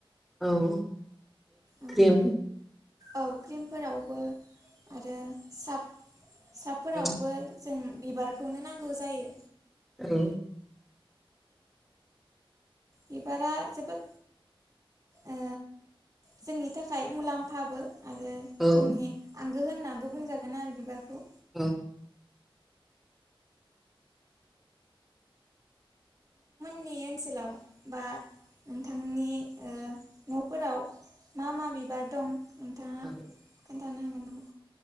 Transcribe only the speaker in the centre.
औ ओ
क्रिम
औ
औ
औ
औ <unintelligible> <inaudible>
<inaudible>